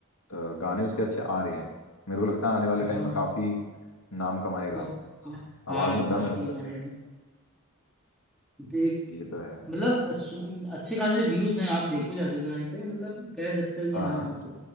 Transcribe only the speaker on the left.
अ, गाने उसके अच्छे आ रहे हैं मेरे को लगता है आने वाले टाइम
में काफी नाम कमाएगा
आवाज
में दम
है उस
बंदे
की ये तो है
हाँ
हाँ